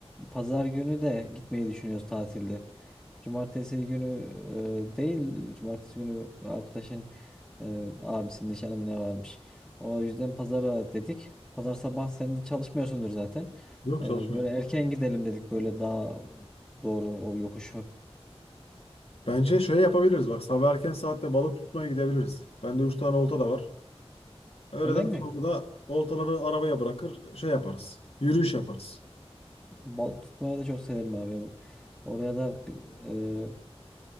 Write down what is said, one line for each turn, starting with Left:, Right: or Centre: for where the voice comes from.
Centre: pazar günü de gitmeyi düşünüyoruz tatilde. Cumartesi günü e, değil, cumartesi günü arkadaşın e, abisinin nişanı mı ne varmış. O yüzden pazara dedik. Pazar sabah sen de çalışmıyorsundur zaten.
Left: Yok
Centre: E,
Left: çalışmıyorum.
Centre: böyle erken gidelim dedik böyle daha doğru o yokuşu.
Left: Bence şöyle yapabiliriz bak sabah erken saatte balık tutmaya gidebiliriz. Bende 3 tane olta da var. Öğleden
Centre: Öyle mi?
Left: sonra da oltaları arabaya bırakır şey yaparız. Yürüyüş yaparız.
Centre: Balık tutmayı da çok severim abi. Oraya da e,